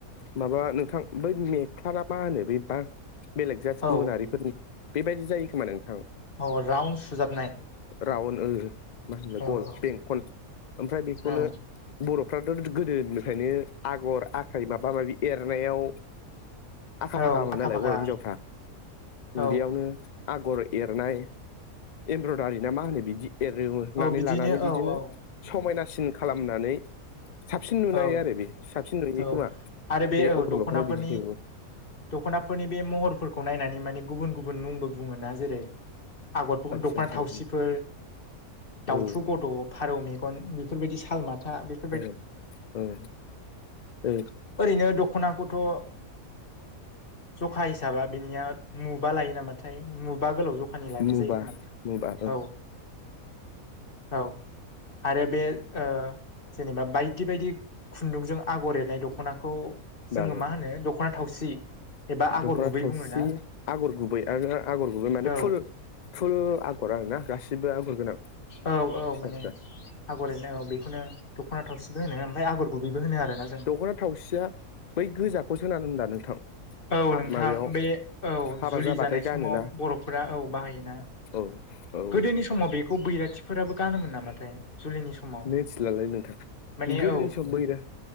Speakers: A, on the left; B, on the left.
A: माबा नोंथां बै मेखला ना मा होनो बे बा बेलेग जाथि
B: औ
A: गुबुनारिफोरनि। बेबायदि जायो खोमा नोंथां।
B: अ राउन सुजाबनाय।
A: रावन ओ मा होनाय
B: औ
A: गल
B: औ
A: बेंखल ओमफ्राय बेखौनो।
B: औ
A: बरफ्राथ गोदोनिफ्रायनो आगर आखाइ माबा माबि एरनायाव। आखा
B: औ
A: फाखामोन नालाय
B: फाखा
A: बर हिनजावफ्रा
B: औ
A: बेयावनो आगर एरनाय। एमब्रदारि ना मा होनो बिदि एरनानै
B: औ
A: लानानै
B: औ
A: बिदिनो
B: औ
A: समायनासिन खालामनानै साबसिन नुनाय
B: औ
A: आरो बे। साबसिन नुयो
B: औ
A: खोमा
B: आरो
A: बे
B: औ
A: अग्रं
B: दख'नाफोरनि
A: दखनायाव बिदि हेबो
B: दख'नाफोरनि बे महरफोरखौ नायनानै माने गुबुन गुबुन मुंबो बुङोना जेरै आगरखौ
A: आदसा
B: दख'ना थावसिफोर
A: औ
B: दाउथु
A: ओ
B: गद' फारौ मेगन बेफोरबायदि साल माथा बे
A: उम उम उम
B: ओरैनो दख'नाखौथ' ओ जखा हिसाबा बिनिया मुबा लायो नामाथाय मुबा गोलाव ज फानि लनाय
A: मुबा
B: जायो खोमा नोंथां
A: मुबा
B: औ। औ आरो बे ओ-जेनेबा बायदि बायदि खुन्दुंजों आगर एरनाय दखनाखौ जोङो
A: बा
B: मा होनो दखना थावसि। एबा आगर
A: दखना
B: गुबै
A: थावसि
B: बुङोना
A: आगर गुबै आरो आगर गुबै माने
B: औ
A: फुल फुल आगर आरोना गासिबो आगर गोनां
B: औ औ
A: फिसा
B: माने
A: फिसा
B: आगर एरनो औ बे। खौनो दखना थावसिबो होनो ओमफ्राय आगर गुबैबो होनो आरो ना।
A: दख'ना थावसिया बै गोजाखौसोन होना होनबा नोंथां।
B: औ
A: हाब
B: नोंथां
A: माबायाव
B: बे औ
A: हाबा
B: जुलि
A: जाबाथाय
B: जानाय
A: गानोना
B: समाव बर'फोरा औ बाहायोना।
A: औ औ।
B: गोदोनि समाव बेखौ बैराथिफोराबो गानोमोन नामाथाय जुलिनि समाव।
A: मिथिलालै नोंथां
B: माने
A: गोदोनि
B: औ
A: समाव बैरा